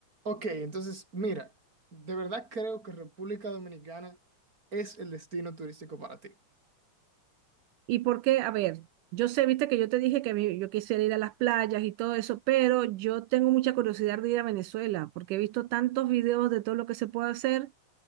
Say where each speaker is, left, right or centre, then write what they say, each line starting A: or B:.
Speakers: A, on the right; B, on the right.
A: Ok, entonces, mira, de verdad creo que República Dominicana es el destino turístico para ti.
B: ¿Y por qué? A ver, yo sé, viste que yo te dije que mi- yo quisiera ir a las playas y todo eso, pero yo tengo mucha curiosidad de ir a Venezuela, porque he visto tantos videos de todo lo que se puede hacer,